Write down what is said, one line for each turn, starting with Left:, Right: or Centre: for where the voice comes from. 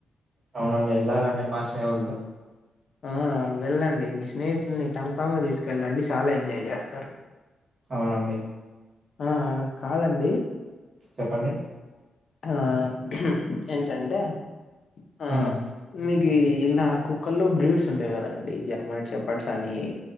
Right: అవునండి వెళ్ళాలండి మా స్నేహితులతో
Left: ఆ వెళ్ళండి మీ స్నేహితుల్ని కన్ఫామ్ గా తీసుకెళ్ళండి చాలా ఎంజాయ్ చేస్తారు.
Right: అవునండి
Left: ఆ అ కాదండి
Right: చెప్పండి
Left: ఆ హుం ఏంటంటే ఆ
Right: హ్మ్.
Left: మీకు ఇలా కుక్కల్లో బ్రీడ్స్ ఉంటాయి కదండి జర్మ చెప్పట్స్ అని